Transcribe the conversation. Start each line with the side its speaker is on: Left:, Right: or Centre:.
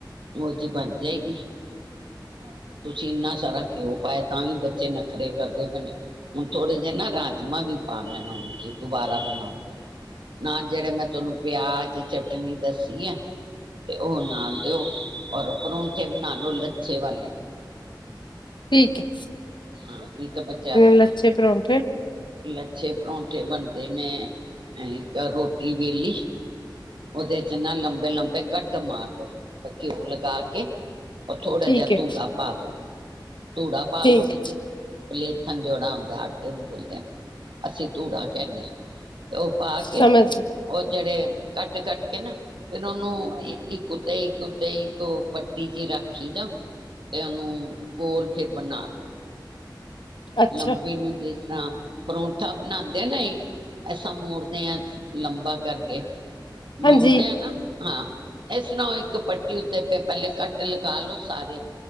Right: ਉਹ ਚੀ ਬਣ ਜਾਏਗੀ ਰ ਤੁਸੀਂ ਇੰਨਾ ਸਾਰਾ ਘਿਓ ਪਾਏ ਤਾਂ ਵੀ ਬੱਚੇ ਨਖਰੇ ਕਰਦੇ ਪਏ ਨੇ ਹੁਣ ਥੋੜੇ ਜਿਹੇ ਨਾ ਰਾਜਮਾਂ ਵੀ ਪਾ ਲੈਣਾ ਹੁਣ ਕਿ ਦੁਬਾਰਾ ਬਣਾਓਗੇ- ਨਾ ਜਿਹੜੇ ਮੈਂ ਤੁਹਾਨੂੰ ਪਿਆਜ ਚਟਨੀ ਦੱਸੀ ਆ ਤੇ ਉਹ ਨਾ ਦਿਓ ਔਰ ਪਰੋਂਂਠੇ ਬਣਾ ਲਓ ਲੱਛੇ ਵਾਲੇ
Left: ਠੀਕ ਏ।
Right: ਹਾਂ ਨਹੀਂ ਤਾਂ ਬੱਚਾ
Left: ਲੱਛੇ ਪਰੌਂਠੇ
Right: ਲੱਛੇ ਪਰੌਂਠੇ ਬਣ ਤੇ ਮੈਂ ਇੱਕ ਰੋਟੀ ਵੇਲੀ ਉਹਦੇ ਚ ਨਾ ਲੰਬੇ ਲੰਬੇ ਕੱਟ ਮਾਰਦੋ ਘਿਓ ਲਗਾ ਕੇ। ਉਹ ਥੋੜ੍ਹਾ
Left: ਠੀਕ
Right: ਜਿਹਾ
Left: ਹੈ
Right: ਧੂਗਾ ਪਾ ਦੋ। ਧੂੜਾ ਪਾਾਲ
Left: ਠੀਕ
Right: ਲੋ ਵੀ ਪਲੀਥਨ ਜੋੜਾ ਹੁੰਦਾ ਆਟੇ ਨੂੰ ਬੋਲਦੇ ਅਸੀਂ ਧੂੜਾ ਕਹਿੰਦੇ ਹਾਂ ਤੇ ਉਹ ਪਾ
Left: ਸਮਝ
Right: ਕੇ ਉਹ ਜਿਹੜੇ ਕੱਟ ਕੱਟ ਕੇ ਨਾ ਫਿਰ ਉਹਨੂੰ ਇੱਕ ਉੱਤੇ ਇੱਕ ਉੱਤੇ ਇੱਕ ਪੱਟੀ ਚ ਰੱਖੀ ਜਾ ਤੇ ਉਹਨੂੰ ਗੋਲ ਫਿਰ ਬਣਾ ਲੋ।
Left: ਅੱਛਾ
Right: ਲੰਬੇ ਨੂੰ ਦੇ। ਰਾਮ ਪਰੌਠ ਮੱਠਾ ਬਣਾਉਂਦੇ ਨਾ ਇੱਕ ਐਸਾਂ ਮੋੜਦੇ ਹਾਂ ਲੰਬਾ ਕਰਕੇ। ਮੋੜ
Left: ਹਾਂਜੀ
Right: ਤੇ ਹੈ ਨਾ ਹਾਂ ਇਸਰਾ ਇੱਕ ਪੱਟੀ ਉੱਤੇ ਪ ਪਹਿਲੇ ਕੱਟ ਲਗਾ ਲਓ। ਸਾਰੇ